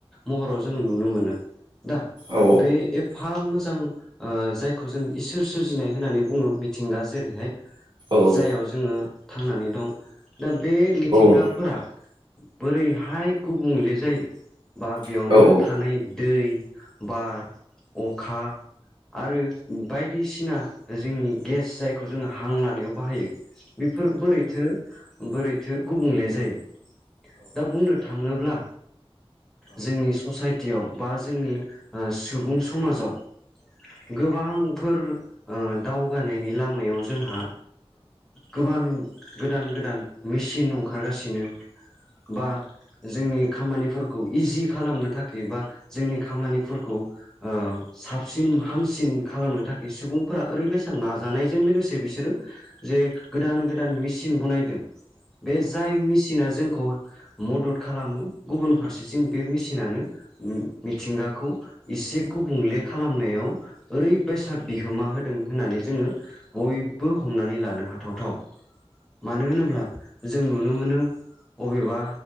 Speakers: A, in the centre; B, on the right (about 45°).
A: महराव जोङो नुनो मोनो दा
B: औ
A: बे एफा मोजां ओ जायखौ जों इसोर सोरजिनाय होननानै बुङो मिथिंगा जेरैहाय
B: औ औ
A: जाययाव जोङो थांनानै दं दा बे मिथिंगाफोरा
B: औ
A: बोरैहाय गुबुंले जायो बा बेयावनो
B: औ
A: थानाय दै बार अखा आरो बायद दिसिना जोंनि गेस जायखौ जोङो हां लानायाव बाहायो बेफोर बोरैथो बोरैथो गुबुंले जायो दा बुंनो थाङोब्ला जोंनि ससाइटियाव बा जोंनि ओ सुबुं समाजाव गोबांफोर ओ दावगानायनि लामायाव जोंहा गोबान गोदान गोदान मेसिन ओंखारगासिनो बा जोंनि खामानिफोरखौ इजि खालामनो थाखाय बा जोंनि खामानि फोर खौ ओ साबसिन हामसिन खालामनो थाखाय सुबुंफोरा ओरैबायसा नाजानायजों लोगोसे से बिसोरो जे गोदान गोदान मेचसन बनायदों बे जाय मेसिना जों खौ मदद खालामो गुबुन फारसेथिं बे मेसिनानो मिथिंगाखौ एसे गुबुंले खालामनायाव ओरैबायसा बिहोमा होदों होननानै जोङो बयबो बेबो हमनानै लानो हाथावथाव मानो होनोब्ला जों नुनो मोनो अबेबा